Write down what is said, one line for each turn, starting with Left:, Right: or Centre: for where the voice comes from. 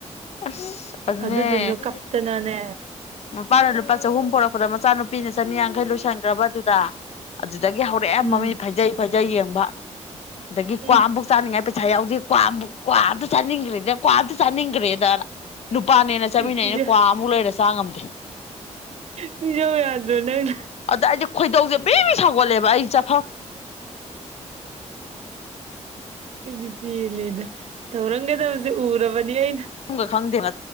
Left: ꯑꯁ ꯑꯗꯨꯅꯦ
Right: ꯑꯗꯨꯗꯨꯅ ꯀꯞꯇꯅꯅꯦ
Left: ꯃꯄꯥꯅ ꯂꯨꯄꯥ ꯆꯍꯨꯝ ꯄꯣꯔꯛꯄꯗ ꯃꯆꯥꯅꯨꯄꯤꯅ ꯆꯅꯤ ꯌꯥꯡꯈꯩ ꯂꯣꯏꯁꯤꯟꯈ꯭ꯔꯕ ꯑꯗꯨꯗ ꯑꯗꯨꯗꯒꯤ ꯍꯧꯔꯛ ꯑꯦ
Right: ꯎꯝ
Left: ꯃꯃꯤꯠ ꯐꯩꯖꯩ ꯐꯩꯖꯩ ꯌꯦꯡꯕ ꯑꯗꯒꯤ
Right: ꯎꯝ
Left: ꯀ꯭ꯋꯥ ꯑꯃꯐꯥꯎ ꯆꯥꯅꯤꯡꯉꯥꯏ ꯄꯩꯥ ꯄꯩꯁꯥ ꯌꯥꯎꯗꯦ ꯀ꯭ꯋꯥ ꯀ꯭ꯋꯥ ꯑꯝꯇ ꯆꯠꯅꯤꯡꯈ꯭ꯔꯦꯗꯦ ꯀ꯭ꯋꯥ ꯑꯝꯇ ꯆꯥꯅꯤꯡꯈ꯭ꯔꯦꯗꯅ ꯅꯨꯄꯥꯅꯦꯅ ꯆꯠꯃꯤꯠꯅꯩꯅꯦ
Right: ꯄꯤꯖ
Left: ꯀ꯭ꯋꯥ ꯑꯃꯨꯛ ꯂꯩꯔ ꯆꯥ ꯉꯝꯗꯦ
Right: ꯄꯤꯖꯧ ꯌꯥꯗ꯭ꯔꯣ ꯅꯪ
Left: ꯑꯗ ꯑꯩꯗꯤ ꯈꯣꯏꯗꯧꯖꯦ ꯕ꯭ꯔꯤ ꯕ꯭ꯔꯤ ꯁꯧꯒꯠꯂꯦꯕ ꯑꯩ ꯆꯠꯐꯝ
Right: ꯑꯩꯗꯤ ꯄꯦꯜꯂꯦꯗ ꯇꯧꯔꯝꯒꯗꯕꯖꯦ ꯎꯔꯕꯅꯤ ꯑꯩꯅ
Left: ꯆꯠꯐꯝ ꯈꯪꯗꯦꯕ